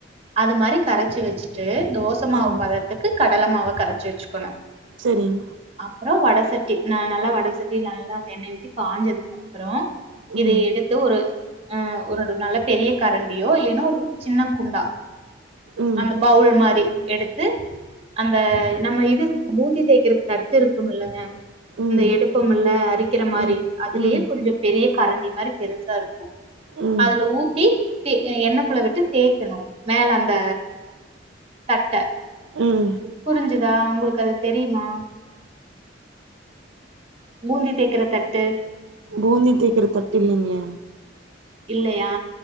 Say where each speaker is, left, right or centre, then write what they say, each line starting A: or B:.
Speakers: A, on the right; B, on the right.
A: அது மாதிரி கரைச்சி வச்சிட்டு தோசை மாவு
B: ஆ
A: பதத்துக்கு கடலை மாவ கரைச்சி வச்சிக்கணும்
B: சேரிங்
A: அப்புறம் வட சட்டி நா நல்லா வடசட்டி நல்ல அந்த எண்ணெய் ஊத்தி காஞ்சதுக்கப்புறம்
B: ம்
A: இத எடுத்து ஒரு ஆ ஒரு நல்ல பெரிய கரண்டியோ இல்லன்னா ஒரு சின்ன குண்டா
B: ம்
A: அந்த பவுல் மாறி எடுத்து அந்த நம்ம இது பூந்தி தேய்கறக்கு தட்டு இருக்கும்ல்லங்க
B: ம்
A: இந்த எடுப்போ இல்ல அரிக்கிற மாதிரி
B: ம்
A: அதிலேயே
B: ம்
A: கொஞ்சம் பெரிய கரண்டி மாதிரி பெருசா இருக்கும்
B: ம்
A: அதுல ஊத்தி எண்ணக்குள்ள விட்டு தேய்க்கணும் மேல அந்த தட்ட
B: ம்
A: புரிஞ்சுதா உங்களுக்கு அது தெரியுமா பூந்தி தேய்க்கிற தட்டு
B: பூந்தி தேய்க்கற தட்டு இல்லைங்களே
A: இல்லையா